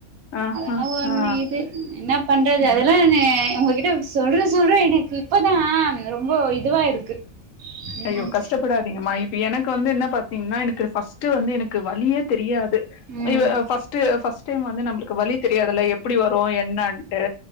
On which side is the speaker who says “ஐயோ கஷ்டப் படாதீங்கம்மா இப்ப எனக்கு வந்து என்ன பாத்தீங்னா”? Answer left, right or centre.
Left